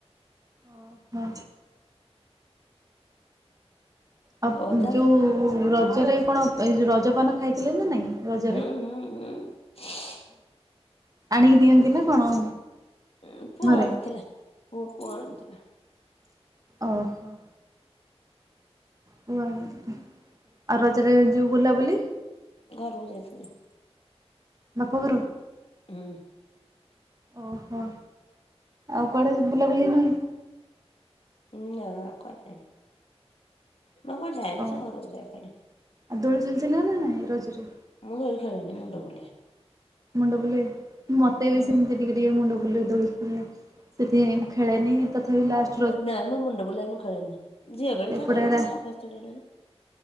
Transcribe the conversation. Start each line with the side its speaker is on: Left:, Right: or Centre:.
Right: ଓ ହୋ। ଓ
Left: ହଉ ତାହେଲେ
Right: ଯୋଉ ରଜରେ କଣ ଏଇ ଯୋ ରଜପାନ ଖାଇଥିଲେ ନା ନାଇଁ? ରଜରେ,
Left: ହୁଁ ହୁଁ ହୁଁ
Right: ଆଣିକି ଦିଅନ୍ତି ନା କଣ?
Left: ଉଁ, ପୁଅ
Right: ଘରେ?
Left: ଆଣିଥିଲା, ପୁଅ ପୁଅ ଆଣିଥିଲା।
Right: ଓହୋ। ପୁଅ ଆଣିଥିଲା, ଆଉ ରଜରେ ଯୋଉ ବୁଲାବୁଲି
Left: ଘରକୁ ଯାଇଥିଲି।
Right: ବାପ ଘର?
Left: ହଁ।
Right: ଓହୋ, ଆଉ କୁଆଡେ ବୁଲାବୁଲି ନୁହେଁ?
Left: ନା କୁଆଡେ ଯାଇନି, ମୁଁ କୁଆଡେ ଯାଏନି,
Right: ଓ
Left: ସେ ଘରୁକୁ ଯାଏ ଖାଲି।
Right: ଆଉ ଦୋଳି ଝୁଲିଥିଲ ନା ନାଇଁ ରଜରେ?
Left: ମୁଁ ଦୋଳି ଖେଳେନି ମୁଣ୍ଡ ବୁଲାଏ।
Right: ମୁଣ୍ଡ ବୁଲେ, ମୋତେ ବି
Left: ହଁ
Right: ସେମିତି ଟିକେ ଟିକେ ମୁଣ୍ଡ ବୁଲେ ଦୋଳି ହେଲା, ସେଥିପାଇଁ ମୁଁ ଖେଳେନି ତଥାପି ଲାଷ୍
Left: ନା ମୋ ମୁଣ୍ଡ ବଲାଏ ମୁଁ ଖଳେନି, ଝିଅବେଳେ
Right: ଏପଟେ
Left: ଯା ଖେଳୁଥିଲି
Right: ରା
Left: ମୋର ଅଭ୍ୟାସ ଛାଡିଗଲାଣି।